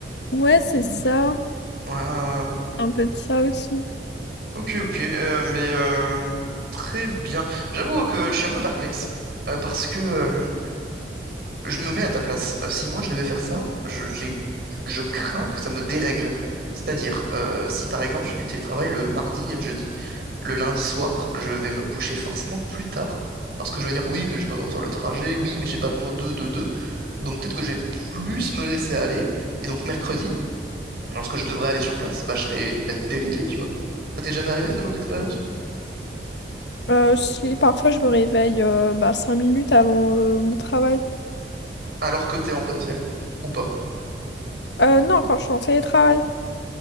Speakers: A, on the left; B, on the right.
A: Ouais, c'est ça.
B: Ouais, ouais, ouais, ouais.
A: Un peu de ça aussi.
B: Ok, ok, euh, mais euh, très bien. J'avoue que je suis un peu perplexe euh, parce que euh, je me mets à ta place. Euh, si moi je devais faire ça, je, j'ai, je crains que ça me dérègle. C'est-à-dire, euh, si par exemple je fais du télétravail le mardi et le jeudi, le lundi soir, je vais me coucher forcément plus tard parce que je vais dire oui, mais j'ai pas besoin de faire le trajet, oui, mais j'ai pas besoin de, de, de. Donc peut-être que je vais plus me laisser aller et donc mercredi, lorsque je devrais aller sur place, bah je serai peut-être déréglé, tu vois. Ça t'est jamais arrivé ce genre d'expérience?
A: Euh, si parfois je me réveille euh, bah, 5 minutes avant euh, mon travail.
B: alors que t'es en présentiel, ou pas?
A: Euh, non, quand je suis en télétravail.